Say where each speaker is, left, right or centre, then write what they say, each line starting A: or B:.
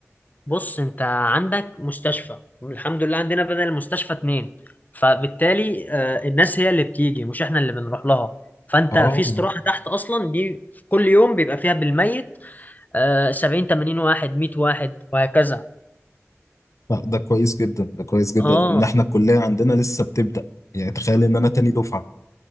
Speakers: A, on the left; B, on the left.
A: بص انت عندك مستشفى الحمد لله عندنا بدل المستشفى اتنين فبالتالي آه، الناس هي اللي بتيجي مش احنا اللي بنروح لها فانت
B: اه
A: في استراحة تحت اصلا دي كل يوم بيبقى فيها بالميت آه، 70 80 واحد 100 واحد وهكذا
B: لا ده كويس جدا ده كويس جدا
A: اه
B: ان احنا الكليه عندنا لسه بتبدا يعني تخيل ان انا تاني دفعه